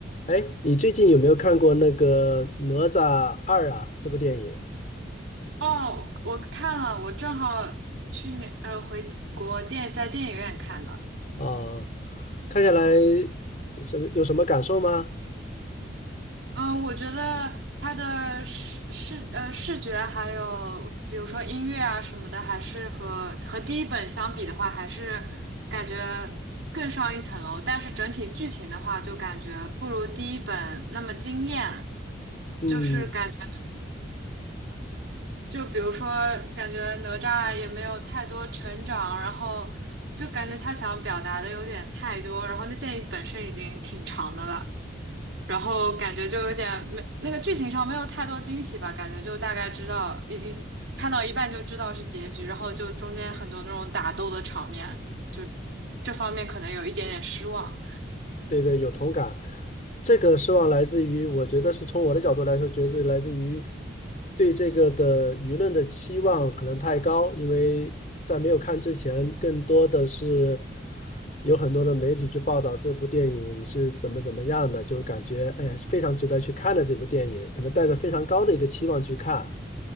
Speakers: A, on the left; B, on the right.
A: 哎，你最近有没有看过那个《哪吒二》啊？这部电影
B: 哦，我看了，我正好去年呃回国电在电影院看的。
A: 啊，看下来什么有什么感受吗？
B: 嗯，我觉得它的视视呃视觉还有比如说音乐啊什么的，还是和和第一本相比的话，还是感觉更上一层楼。但是整体剧情的话，就感觉不如第一本那么惊艳，
A: 嗯，
B: 就是感。觉。就比如说，感觉哪吒也没有太多成长，然后就感觉他想表达的有点太多，然后那电影本身已经挺长的了，然后感觉就有点没那个剧情上没有太多惊喜吧，感觉就大概知道已经看到一半就知道是结局，然后就中间很多那种打斗的场面，就这方面可能有一点点失望。
A: 对对，有同感。这个失望来自于，我觉得是从我的角度来说，觉得来自于对这个的舆论的期望可能太高，因为在没有看之前，更多的是有很多的媒体去报道这部电影是怎么怎么样的，就感觉哎呀非常值得去看的这部电影，可能带着非常高的一个期望去看，